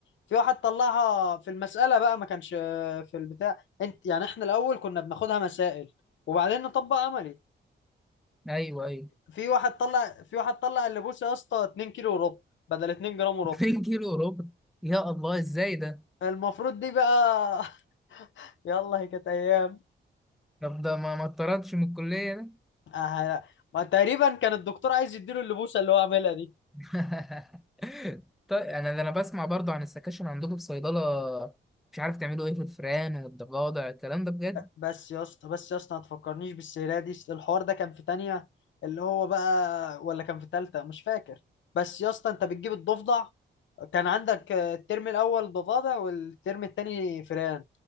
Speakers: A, on the left (about 75°); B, in the centre.
A: في واحد طلعها في المسألة بقى ما كانش في البتاع انت يعني احنا الأول كنا بناخدها مسائل وبعدين نطبق عملي
B: ايوه ايوه
A: في واحد طلع في واحد طلع اللبوسة يا اسطى 2 كيلو وربع بدل 2
B: <laughs>
A: جرام وربع
B: 2 كيلو وربع يا الله ازاي ده؟
A: المفروض دي بقى <laughs> يلا هي كانت أيام
B: طب ده ما ما اتطردش من الكلية ده؟
A: آه، تقريبا كان الدكتور عايز يديله اللبوسة اللي هو عاملها دي
B: <laughs> طيب انا ده انا بسمع برضو عن السكاشن عندكم في صيدلة مش عارف تعملوا ايه في الفئران والضفادع الكلام ده بجد؟
A: بس يا اسطى بس يا اسطى ما تفكرنيش بالسيرة دي الحوار ده كان في تانية اللي هو بقى ولا كان في تالتة مش فاكر بس يا اسطى انت بتجيب الضفدع كان عندك آه، الترم الاول ضفادع والترم التاني فئران